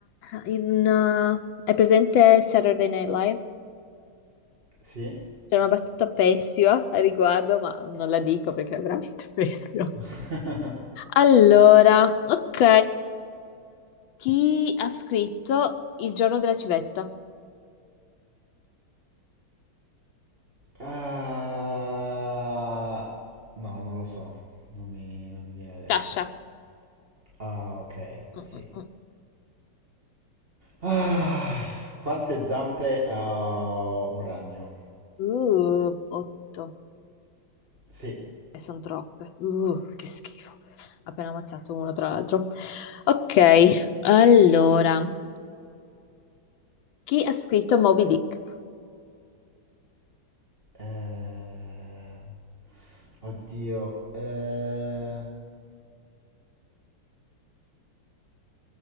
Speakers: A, on the left (about 70°); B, on the right (about 30°).
A: eh, in, eh, è presente Saturday Night Live?
B: Sì?
A: C'è una battuta pessima a riguardo, ma non la dico perché è veramente <laughs> pessima.
B: <laughs>
A: Allora, ok, chi ha scritto Il giorno della civetta?
B: Ah, no, non lo so. Non mi, non mi viene adesso.
A: Sciascia.
B: Ah, ok,
A: Mm,
B: sì.
A: mm, mm.
B: Ah, quante zampe ha un ragno?
A: Uh, otto,
B: Sì.
A: e sono troppe. Uh, che schifo. Appena ammazzato uno tra l'altro. Ok, allora. Chi ha scritto Moby Dick?
B: Eh, oddio. Eh,